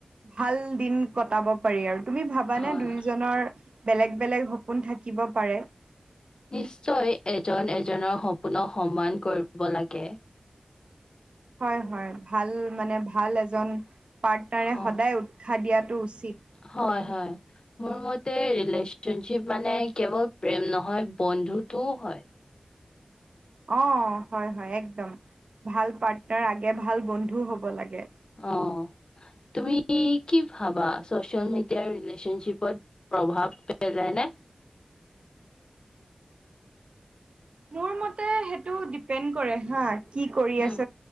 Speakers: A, on the right (about 65°); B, on the left (about 45°).
A: ভাল দিন কটাব- পাৰি আৰু তুমি ভাবানে
B: হয়।
A: দুয়োজনৰ বেলেগ বেলেগ সপোন থাকিব পাৰে
B: নিশ্চয় এজন এজনৰ সপোনক সন্মান কৰিব লাগে।
A: হয় হয় ভাল মানে ভাল এজন পাৰ্টনাৰে
B: হয়,
A: সদায় উৎসাহ দিয়াতটো উচিত।
B: হয় হয়। মোৰ মতে ৰিলেশ্যনশ্বিপ মানে কেৱল প্ৰেম নহয় বন্ধুটোও হয়।
A: অ হয় হয় একদম, ভাল পাৰ্টনাৰ আগে ভাল বন্ধু হ'ব লাগে।
B: অ তুমি কি ভাবা চচিয়েল মিডিয়াৰ ৰিলেচনশ্বিপত? প্ৰভাৱ পেলায় নে?
A: মোৰ মতে সেইটো ডিপেড কৰে হা কি কৰি
B: উম,
A: আচ